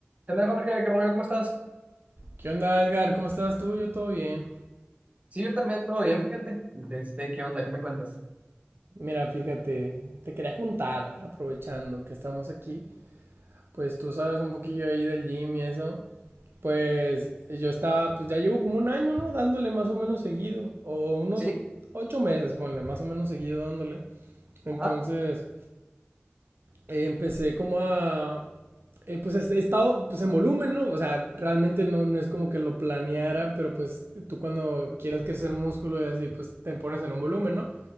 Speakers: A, on the right; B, on the right.
A: ¿Qué onda, Jorge? ¿Qué rollo? ¿Cómo estás?
B: ¿Qué onda, Edgar? ¿Cómo estás tú? Yo todo bien.
A: Sí, yo también, todo bien, fíjate. Este, ¿qué onda? ¿Qué me cuentas?
B: Mira, fíjate, te quería contar, aprovechando que estamos aquí, pues tú sabes un poquillo ahí del gym y eso. Pues yo estaba, pues ya llevo como un año, ¿no? Dándole más o menos seguido, o unos
A: Sí,
B: ocho meses, ponle, más o menos seguido dándole. Entonces,
A: ajá,
B: eh, empecé como a, eh, pues he he estado pues, en volumen, ¿no? O sea, realmente no, no es como que lo planeara, pero pues tú cuando quieras crecer músculo y así, pues te pones en un volumen, ¿no?